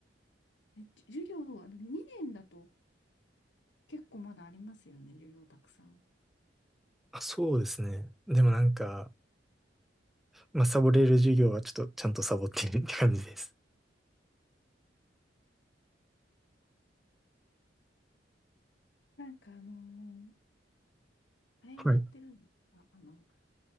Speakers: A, on the left; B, in the centre.
A: え、じ授業は2年だと結構まだありますよね、授業たくさん。
B: あ、そうですね。でもなんか、まあ、サボれる授業はちょっとちゃんとサボってるって感じです。
A: なんかあのーあれはやってるんですかあの、
B: <laughs> はい。